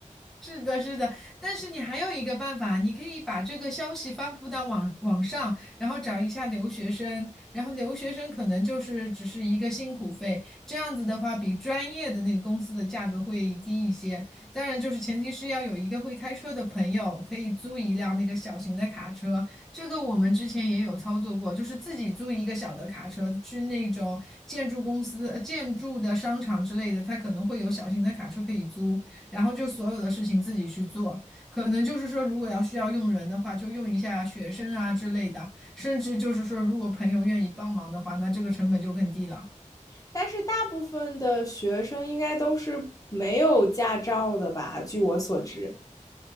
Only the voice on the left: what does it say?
<laughs> 但是大部分的学生应该都是没有驾照的吧？据我所知。